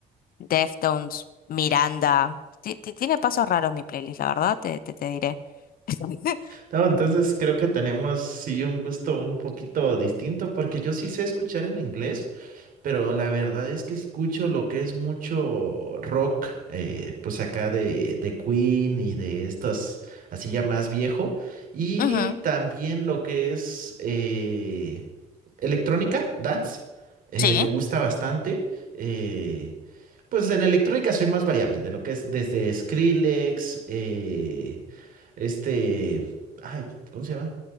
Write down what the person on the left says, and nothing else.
Deftones, Miranda. Ti- ti- Tiene pasos raros mi playlist, la verdad, te, te, te diré. <laughs>
Ujú,
Sí.